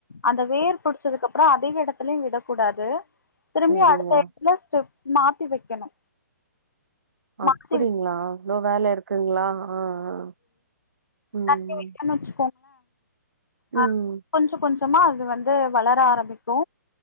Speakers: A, on the left; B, on the right.
A: அந்த வேர் புடிச்சதுக்கு அப்புற அதே இடத்துலயு விடக்கூடாது திரும்பியு
B: சேரிங்க
A: அடுத்த எடத்துல ஸ்டப் மாத்தி வைக்கணு
B: அப்படிங்களா
A: மாத்தி வச்சு
B: இவ்ளோ வேலை இருக்குங்களா ஆ ஆ ம்
A: தண்ணி வெக்காம வச்
B: ம்
A: ஆ கொஞ்ச கொஞ்சமா அது வந்து வளர ஆரம்பிக்கு